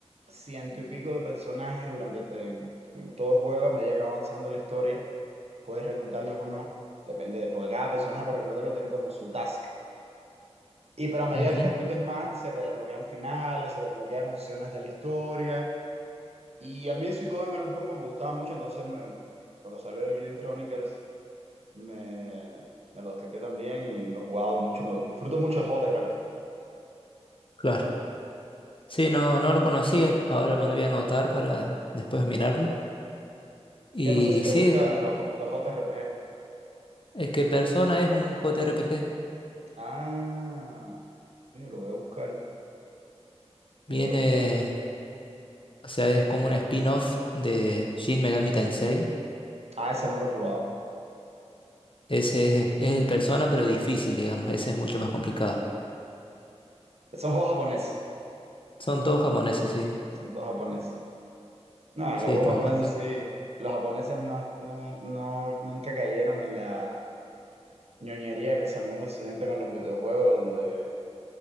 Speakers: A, on the right; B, on the left.
A: ciento y pico de personajes durante en, en todo el juego, a medida que va avanzando la historia, puedes reclutarlos o no, depende, porque cada personaje para reclutarlo tiene como su task Y pero a medida
B: Ujú,
A: que reclutes más, se te desbloquean finales, se desbloquean opciones de la historia. Y a mí Suikoden era un juego que me gustaba mucho, entonces me- cuando salió Eugene Chronicles me, me lo descargué también y lo he jugado mucho. Me, disfruto mucho de JRPG.
B: claro. Sí, no, no lo conocía, ahora me lo voy a anotar para después mirarlo. Y
A: Que no sé si te
B: sí,
A: gustan los, los JRPG.
B: es que Persona es un JRPG.
A: Ah, coño, lo voy a buscar,
B: Viene,
A: lo voy a buscar.
B: o sea, es como un spin-off de Shin Megami Tensei
A: Ah, ese no lo he jugado.
B: Ese es, es el Persona, pero difícil, digamos. Ese es mucho más complicado.
A: Son juegos japoneses,
B: Son todos japoneses, sí.
A: son todos japoneses. No,
B: Sí,
A: los juegos
B: están
A: japoneses
B: buenos.
A: sí, los japoneses no, no, no, nunca cayeron en la ñoñería que se armó en Occidente con los videojuegos, donde